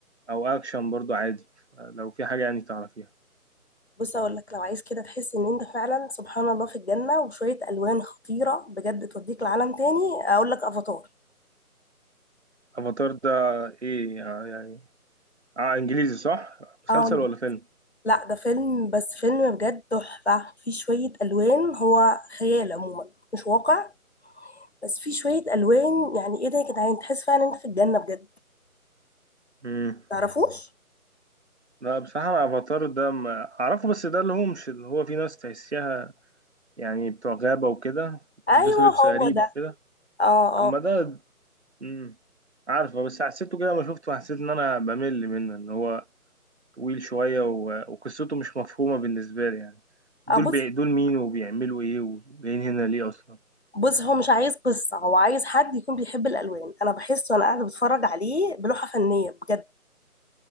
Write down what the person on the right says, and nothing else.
او اكشن برضه عادي لو في حاجه يعني تعرفيها
افاتار ده ايه يعني اه انجليزي صح مسلسل
ولا فيلم
امم
لا بصراحة أنا افاتار ده ما اعرفه بس ده اللي هو مش اللي هو في ناس تحسيها يعني بتوع غابة وكده
يلبسوا لبس
غريب
كده
اما
ده امم عارفه بس حسيته كده ما شفته حسيت ان انا بمل منه ان هو طويل شوية و... وقصته مش مفهومة بالنسبة لي يعني دول
بي... دول مين وبيعملوا ايه وجايين هنا ليه اصلا